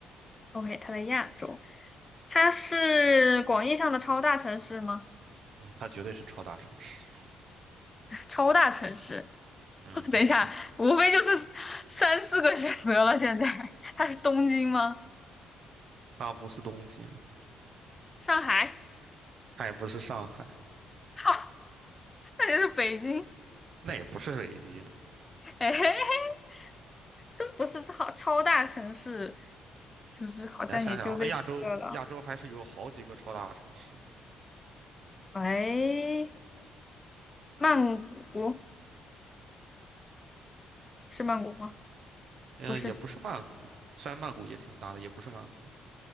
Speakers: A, on the left (about 25°); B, on the right (about 65°).
A: ？OK，他在亚洲。他是广义上的超大城市吗？
B: 嗯，它绝对是超大城市。
A: <laughs> 超大城市，
B: 嗯哼，
A: <laughs> 等一下，无非就是三四个选择了。现在他是东京吗？
B: 它不是东京，
A: 上海？
B: 它也不是上海，
A: 哈，那就是北京。
B: 那也不是北京。
A: 哎，<laughs> 都不是超超大城市，就是好像也就这几个了。
B: 你来想想，哎，亚洲亚洲还是有好几个超大城市。
A: 喂，曼谷是曼谷吗？
B: 嗯，
A: 不是。
B: 也不是曼谷，虽然曼谷也挺大的，也不是曼谷。